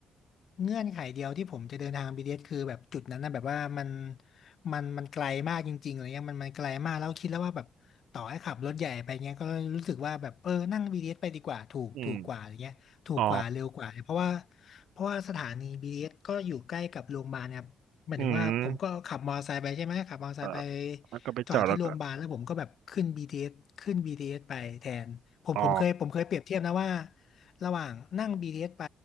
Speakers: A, on the left; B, on the right.
A: เงื่อนไขเดียวที่ผมจะเดินทาง BTS คือแบบจุดนั้นนะแบบว่ามันมันมันไกลมากจริงๆอะไรเงี้ยมันมันไกลมากแล้วคิดแล้วว่าแบบต่อให้ขับรถใหญ่ไปเงี้ยก็รู้สึกว่าแบบเออนั่ง BTS ไปดีกว่าถูกถูกกว่าอะไรเงี้ยถูกกว่าเร็วกว่าเพราะว่า
B: อืมอ๋อ
A: เพราะว่าสถานี BTS ก็อยู่ใกล้กับโรงพยาบาลเนี่ย หมายถึงว่าผมก็ขับมอเตอร์ไซค์ไปใช่ไหมขับมอเตอร์ไซค์ไป
B: อืมเออแล้วก็ไปจอดแล้วก็
A: จอดที่โรงพยาบาลแล้วผมก็แบบขึ้น BTS ขึ้น BTS ไปแทนผมผมเคยผมเคยเปรียบเทียบนะว่า
B: อ๋อ
A: ระหว่างนั่ง BTS ไป